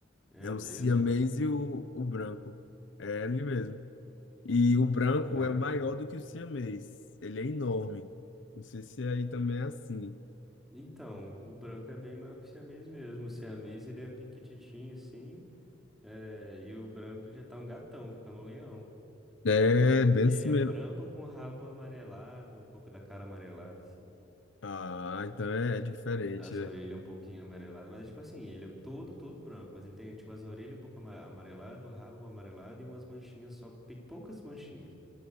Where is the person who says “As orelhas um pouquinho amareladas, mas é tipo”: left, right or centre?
Centre